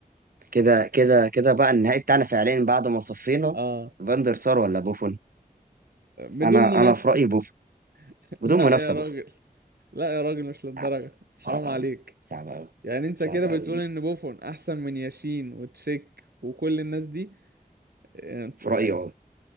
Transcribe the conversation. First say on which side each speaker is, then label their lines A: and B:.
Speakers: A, on the right; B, on the right.
A: كده كده كده بقى النهائي بتاعنا فعليا بعد ما صفينا
B: اه
A: فاندر سار ولا بوفون
B: بدون
A: انا
B: منافسة
A: انا في رايي بوفون
B: <laughs>
A: بدون
B: لا
A: منافسه
B: يا راجل
A: بوفون
B: لا يا راجل مش للدرجة
A: لا صعبه
B: حرام عليك
A: قوي صعبه قوي
B: يعني انت
A: صعبه
B: كده بتقول
A: قوي دي
B: ان بوفون احسن من ياشين وتشيك وكل الناس دي إيه،
A: في رايي اه